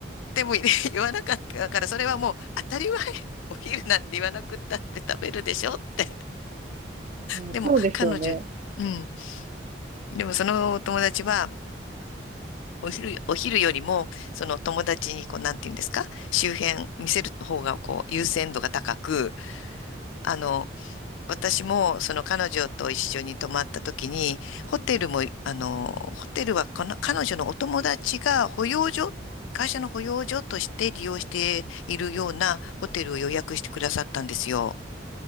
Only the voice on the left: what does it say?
でも入れ <laughs> 言わなかったから、それはもう当たり前。お昼なんて言わなくったって食べるでしょって
でも、
彼女、うん。でも、そのお友達は、お昼、お昼よりも、その友達に、こう、なんて言うんですか、周辺見せる方が、こう、優先度が高く、あの、私も、その彼女と一緒に泊まった時に、ホテルも、あの、ホテルはこの、彼女のお友達が保養所、会社の保養所として利用しているようなホテルを予約してくださったんですよ。